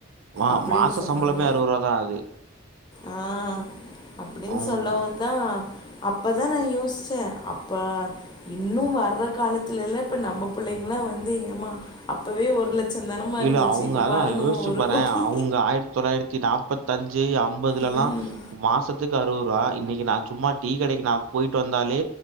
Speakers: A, on the right (about 80°); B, on the left (about 20°).
A: மா
B: அப்படின்னு
A: மாச
B: சொன்னாங்க
A: சம்பளமே ரூ. தான் அது.
B: ஆ அப்படின்னு
A: ம்.
B: சொல்லவும் தான் அப்பதான் நான் யோசிச்சேன் அப்ப இன்னும் வர்ற காலத்துலல்ல இப்ப நம்ம பிள்ளைங்காம் வந்து ஏமா அப்பவே ஒரு லட்ச தானமா இருந்துச்சு
A: இல்ல அவங்க
B: இப்ப
A: அதான்
B: பாருங்கம்மா
A: யோசிச்சு
B: ஒரு
A: பாறேன்
B: கோடி
A: அவங்க ஆயிரத்தி தொள்ளாயிரத்தி நாற்பத்தி அஞ்சு அஞ்சி அம்பதுலல்லாம்
B: ம்
A: மாசத்துக்கு அறுபது <unintelligible> இன்னைக்கு நான் சும்மா டீ கடைக்கு நான் போயிட்டு வந்தாலே